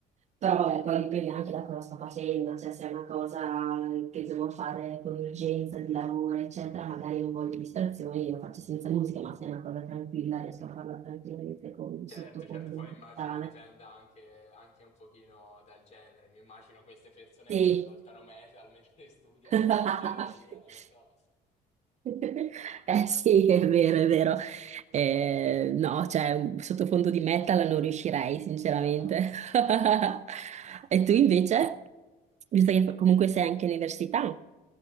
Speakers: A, on the right (about 45°); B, on the left (about 40°).
A: Però vabbè, poi dipende anche da cosa sto facendo, cioè se è una cosa che devo fare con urgenza di lavoro, eccetera, magari non voglio distrazioni, lo faccio senza musica, ma se è una cosa tranquilla riesco a farla tranquillamente con un
B: Certo,
A: sottofondo
B: certo, poi
A: musicale.
B: immagino dipenda anche, anche un pochino dal genere. Mi immagino queste persone
A: Sì.
B: che ascoltano metal mentre <laughs> studiano
A: <laughs>
B: ingegneria, non lo so.
A: <laughs> Eh sì, è vero, è vero. Eh, no, cioè, un sottofondo di metal non riuscirei, sinceramente.
B: <laughs>
A: <laughs> E tu invece? Visto
B: Eh,
A: che comunque sei anche all'università.